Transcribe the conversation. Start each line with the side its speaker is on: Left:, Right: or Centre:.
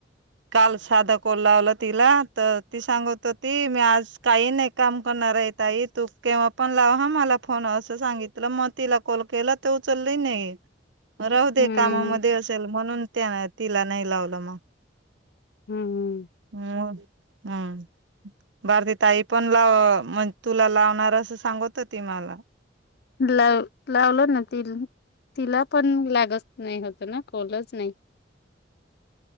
Right: काल साधा कोल लावला तिला तर ती सांगत होती मी आज काही नाही काम करणार आहे ताई तू केव्हा पण ह मला फोन असं सांगितलं मग तिला कॉल केला ते उचल नाही राहू दे
Left: हम्म
Right: कामामध्ये असेल म्हणून त्या तिला नाही लावलं मग
Left: हम्म
Right: हम् हम् बारती ताई पण लाव म तुला लावणार असं सांगत मला
Left: लाव लावलं ना तील तिला पण लावला पण नाही होत ना कोलच नाही